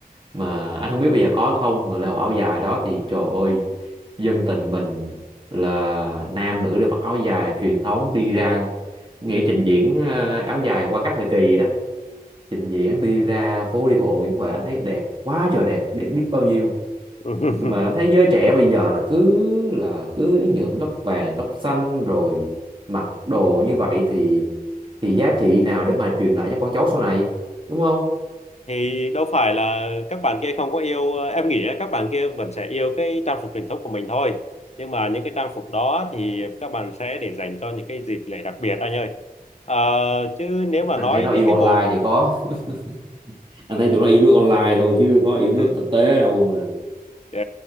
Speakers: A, on the right; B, on the left.
A: mà anh không biết bây giờ có không mà lễ hội áo dài đó thì trời ơi dân tình mình là nam nữ đều mặc áo dài truyền thống đi ra nghĩa trình diễn ờ, áo dài qua các thời kỳ đó trình diễn đi ra phố đi bộ Nguyễn Huệ anh thấy đẹp quá trời đẹp đẹp biết bao nhiêu
B: <laughs>
A: nhưng mà anh thấy giới trẻ bây giờ là cứ là cứ nhuộm tóc vàng tóc xanh rồi mặc đồ như vậy thì thì giá trị nào để mà truyền lại cho con cháu sau này đúng không
B: thì đâu phải là các bạn kia không có yêu em nghĩ á, các bạn kia vẫn sẽ yêu cái trang phục truyền thống của mình thôi nhưng mà những cái trang phục đó thì các bạn sẽ để dành cho những cái dịp lễ đặc biệt anh ơi Ờ, chứ nếu mà
A: anh
B: nói
A: thấy nó
B: đến
A: yêu
B: cái
A: online
B: bộ
A: thì có <laughs> anh thấy tụi nó yêu nước online thôi chứ có yêu nước
B: <laughs>
A: thực tế đâu mà
B: Ờ,